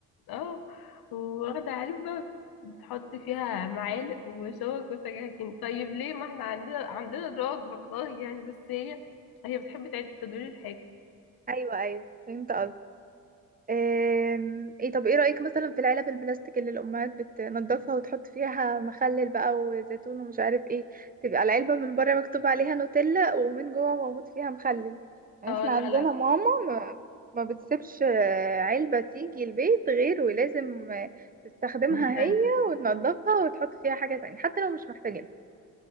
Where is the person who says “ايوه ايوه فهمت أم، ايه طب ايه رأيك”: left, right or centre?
Right